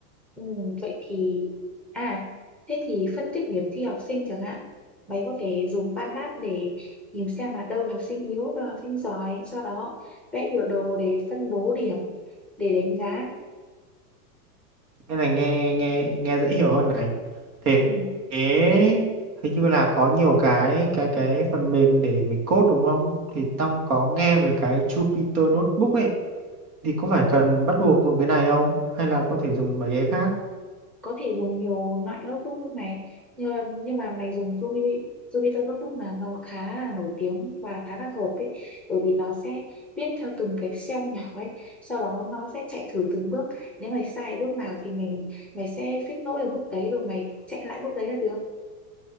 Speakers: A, in the centre; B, on the right.
A: Ừ, vậy thì à thế thì phân tích điểm thi học sinh chẳng hạn mấy có thể dùng PanDat để tìm xem là đâu là học sinh yếu đâu là học sinh giỏi sau đó vẽ biểu đồ để phân bố điểm để đánh giá
B: Cái này nghe nghe nghe dễ hiểu hơn này. Thế
A: ừ.
B: thế hình như là có nhiều cái cái cái phần mềm để mình code đúng không? Thì tao có nghe về cái Jupyter Notebook ấy. thì có phải cần bắt buộc dùng cái này không? Hay là có thể dùng mấy cái khác?
A: có thể dùng nhiều loại notebook với này nhưng, nhưng mà mày dùng Jupyter, Jupyter notebook là nó khá là nổi tiếng và khá là hợp ấy bởi vì nó sẽ viết theo từng cái cell nhỏ ấy sau đó nó sẽ chạy thử từng bước nếu mày sai bước nào thì mình mày sẽ fix lỗi ở bước đấy rồi mày chạy lại bước đấy là được